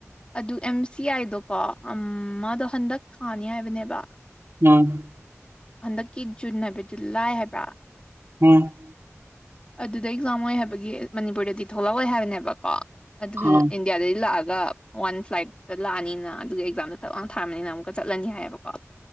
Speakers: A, on the left; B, on the right.
A: ꯑꯗꯨ ꯑꯦꯝ ꯁꯤ ꯑꯥꯏꯗꯣꯀꯣ ꯃꯥꯗꯣ ꯍꯟꯗꯛ ꯀꯥꯅꯤ ꯍꯥꯏꯕꯅꯦꯕ
B: ꯎꯝ
A: ꯍꯟꯗꯛꯀꯤ ꯖꯨꯟ ꯍꯥꯏꯕ ꯖꯨꯟ ꯂꯥꯏ ꯍꯥꯏꯕ꯭ꯔ
B: ꯎꯝ
A: ꯑꯗꯨꯗ ꯑꯦꯛꯖꯥꯝ ꯑꯣꯏ ꯍꯥꯏꯕꯒꯤ ꯃꯅꯤꯄꯨꯔꯗꯗꯤ ꯊꯣꯛꯂꯛꯑꯣꯏ ꯍꯥꯏꯕꯅꯦꯕꯀꯣ ꯑꯗꯨ
B: ꯎꯝ
A: ꯏꯟꯗꯤꯌꯥꯗꯒꯤ ꯂꯥꯛꯑꯒ ꯋꯥꯟ ꯐ꯭ꯂꯥꯏꯠꯇ ꯂꯥꯛꯑꯅꯤꯅ ꯑꯗꯨꯒ ꯑꯦꯛꯖꯥꯝꯗ ꯊꯞ ꯂ ꯊꯥꯔꯕꯅꯤꯅ ꯑꯃꯨꯛꯀ ꯆꯠꯂꯅꯤ ꯍꯥꯏꯌꯦꯕꯀꯣ